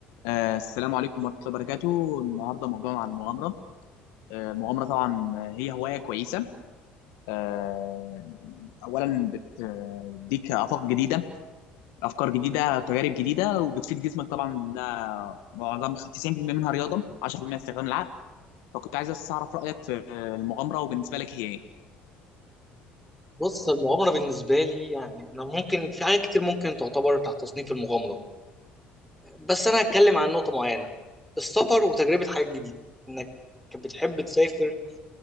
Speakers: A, on the left; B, in the centre.
A: آه السلام عليكم ورحمة الله وبركاته النهاردة موضوعنا عن المغامرة آه المغامرة طبعا هي هواية كويسة آه أولا بتديك آفاق جديدة أفكار جديدة تجارب جديدة وبتفيد جسمك طبعا ده معظم 90% منها رياضة 10% استخدام العقل فكنت عايز بس أعرف رأيك في آه، المغامرة وبالنسبة لك هي إيه
B: بص المغامرة بالنسبة لي يعني احنا ممكن في حاجات كتير ممكن تعتبر تحت تصنيف المغامرة بس انا هتكلم عن نقطة معينة السفر وتجربة حاجات جديدة انك بتحب تسافر